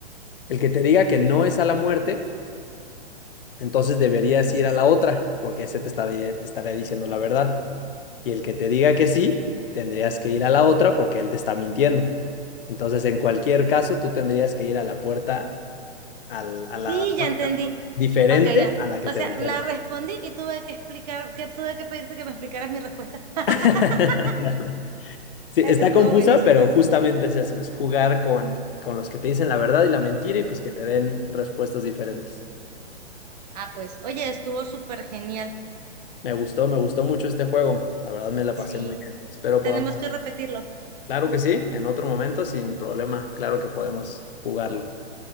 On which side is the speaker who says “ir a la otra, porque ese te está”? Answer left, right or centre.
Left